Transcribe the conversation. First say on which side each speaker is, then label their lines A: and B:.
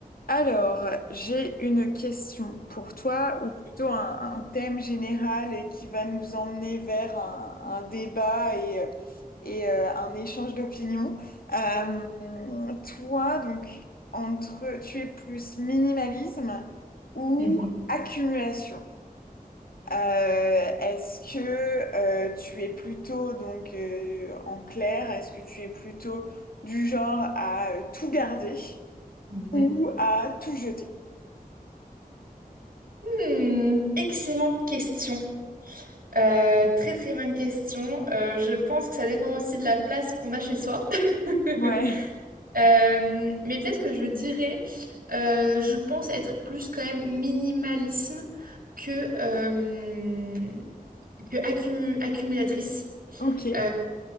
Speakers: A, on the left; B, on the right.
A: Alors, j'ai une question pour toi, ou plutôt un, un thème général et qui va nous emmener vers un, un débat et, euh, et, euh, un échange d'opinions. Euh, toi, donc, entre, tu es plus minimalisme ou
B: Mhm,
A: accumulation? Euh, est-ce que euh, tu es plutôt, donc, euh, en clair, est-ce que tu es plutôt du genre à euh, tout garder
B: mhm.
A: ou à tout jeter?
B: Hmm, excellente question. Euh, très très bonne question. Euh, je pense que ça dépend aussi de la place qu'on a chez soi. <laughs>
A: Ouais,
B: Euh, mais peut-être que je dirais, euh, je pense être plus quand même minimalisme que, euh, que accumu- accumulatrice.
A: ok.
B: Euh,